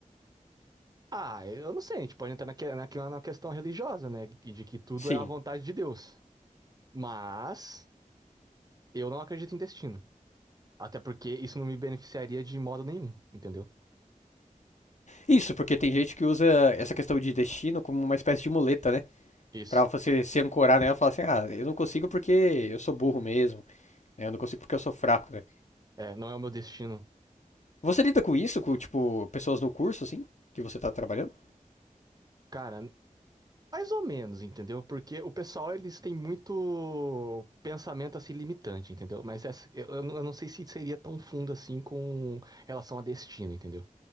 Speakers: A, on the right; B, on the left.
A: Ah, eu não sei, a gente pode entrar naque- naquela na questão religiosa, né? que- De que tudo
B: Sim.
A: é a vontade de Deus. Mas eu não acredito em destino. Até porque isso não me beneficiaria de modo nenhum, entendeu?
B: Isso, porque tem gente que usa essa questão de destino como uma espécie de muleta, né?
A: Isso.
B: Pra você se ancorar nela e falar assim, ah, eu não consigo porque eu sou burro mesmo, né? Eu não consigo porque eu sou fraco, né?
A: É, não é o meu destino.
B: Você lida com isso, com, tipo, pessoas no curso, assim, que você tá trabalhando?
A: Cara, mais ou menos, entendeu? Porque o pessoal, eles têm muito pensamento assim limitante, entendeu? Mas essa- eu, eu não eu não sei se seria tão fundo assim com relação a destino, entendeu?